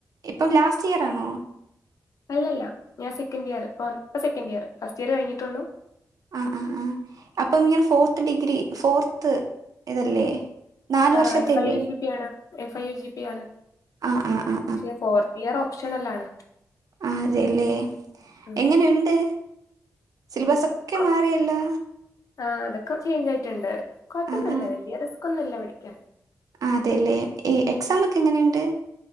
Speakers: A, on the right; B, on the left.
A: ഇപ്പം ലാസ്റ്റ് ഇയർ ആണോ
B: അല്ല അല്ല ഞാൻ സെക്കന്റിയർ ഇപ്പ സെക്കൻഡ ഇയർ ഫസ്റ്റ് ഇയർ കഴിഞ്ഞിട്ടുള്ളൂ
A: ആഹ് ആഹ് ആഹ് അപ്പം ഇങ്ങനെ ഫോർത്ത് ഡിഗ്രി ഫോർത്ത് ഇതല്ലേ നാല്
B: ആഹ്
A: വർഷത്തെല്ലേ
B: എഫ് ഐ യു ജിപി ആണ് എഫ് ഐ യു ജിപി ആണ്
A: ആ ആ ആ
B: പക്ഷെ ഫോർ യർ ഓപ്ഷണൽ ആണ്
A: ആഹ് അതെയല്ലേ
B: ഉം
A: എങ്ങനെുണ്ട് സിലബസ് ഒക്കെ
B: കൊ
A: മാറിയല്ലോ
B: ആഹ് അതൊക്കെ ചേഞ്ച് ആയിട്ടുണ്ട് കൊഴപ്പൊന്നുമില്ല
A: ആ ആ
B: വലിയ റിസ്ക്കൊന്നുമില്ല പഠിക്കാൻ
A: ആഹ് അതെല്ലേ എക്സാം ഒക്കെ എങ്ങനെയുണ്ട്